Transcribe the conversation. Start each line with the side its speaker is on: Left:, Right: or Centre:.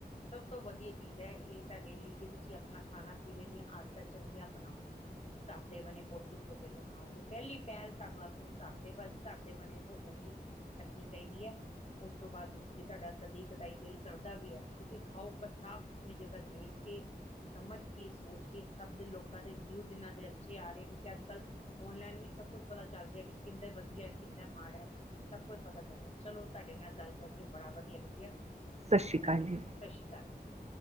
Left: ਸਭ ਸਭ ਤੋਂ ਵਧੀਆ ਚੀਜ਼ ਐ ਏ ਤੁਹਾਡੇ ਲੀ ਕਿ ਤੁਸੀਂ ਆਪਣਾ ਖਾਣਾ ਪੀਣੇ ਦੀਆਂ ਆਦਤਾਂ ਚੰਗੀਆਂ ਅਪਣਾਓਗੇ। ਕਾਰਦੇ ਬਣੇ ਪੋਸੀਕ ਭੋਜਨ ਨੂੰ ਖਾਓਗੇ ਪੈਲੀ ਪੈਲ ਤੁਹਾਨੂੰ ਆਪਣੇ ਕਾਰ ਤੇ ਬਸ ਘਰ ਦੇ ਬਨੇ ਭੋਜਨ ਦੀ ਰੱਖਣੀ ਚਾਈਦੀ ਐ। ਉਸ ਤੋਂ ਬਾਦ ਤੁਸੀਂ ਜੇ ਤੁਹਾਡਾ ਕਦੀ ਕਦਾਈ ਦਿਲ ਕਰਦਾ ਵੀ ਐ ਤੁਸੀਂ ਖਾਓ ਬਸ ਸਾਫ਼ ਸੁਥਰੀ ਜਗਾ ਦੇਖ ਕੇ ਸਮਝ ਕੇ ਸੋਚ ਕੇ ਸਭ ਦੇ ਲੋਕਾਂ ਦੇ ਵਿਊ ਜਿਨਾਂ ਦੇ ਅੱਛੇ ਆ ਰਹੇ ਕਿਉਂਕਿ ਅੱਜ-ਕੱਲ ਔਨਲਾਈਨ ਵੀ ਸਭ ਕੁੱਝ ਪਤਾ ਚੱਲ ਰਿਆ ਕਿ ਕਿੰਦਾ ਵਧੀਆ ਕਿੰਦਾ ਮਾੜਾ। ਸਭ ਕੁਝ ਪਤਾ ਚੱਲ ਰੇ, ਚਲੋ ਤੁਹਾਡੇ ਨਾਲ ਗੱਲ ਕਰਕੇ ਬੜਾ ਵਧੀਆ ਲੱਗਿਆ।
Right: ਸਸ ਸ੍ਰੀ ਕਾਲ ਜੀ।
Left: ਸਸ ਸੀ ਕਾਲ ਜੀ।